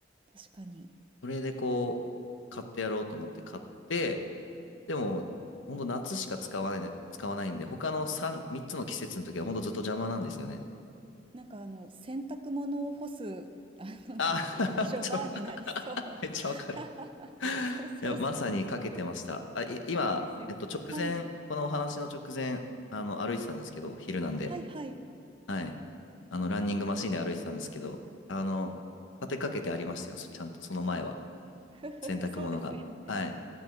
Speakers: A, on the right; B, on the left.
A: 確かに。
B: それで、こう、買ってやろうと思って買って、でも、ほんと夏しか使わないね、使わないんで、他の3、3つの季節の時はほんとずっと邪魔なんですよね。
A: なんかあの、洗濯物を干す、あの、
B: あ、
A: なんて言うんでしょう、
B: <laughs> ちょ、
A: バーになりそう。
B: <laughs> めっちゃわかる。
A: <laughs>
B: <laughs> い
A: そうそうそう。
B: や、まさにかけてました。あ、い、今、
A: ですよ。
B: えっと、直前、
A: はい。
B: このお話の直前、あの、歩いてたんですけど、昼なんで。
A: はいはい。
B: はい。あの、ランニングマシンで歩いてたんですけど、あの、立てかけてありましたよ。そちゃんと、その前は。
A: <laughs>
B: 洗濯物が。
A: そうですよね。
B: はい。